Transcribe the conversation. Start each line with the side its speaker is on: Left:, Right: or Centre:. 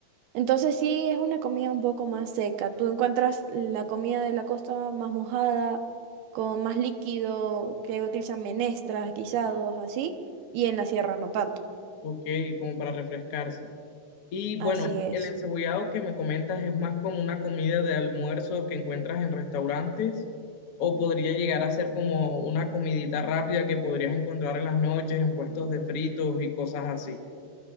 Right: Entonces sí es una comida un poco más seca. Tú encuentras la comida de la costa más mojada, con más líquido, que utilizan menestras, guisados, así, y en la sierra no tanto.
Left: ok, como para refrescarse. Y bueno,
Right: Así es.
Left: el encebollado que me comentas es más como una comida de almuerzo que encuentras en restaurantes o podría llegar a ser como una comidita rápida que podrías encontrar en las noches en puestos de fritos y cosas así.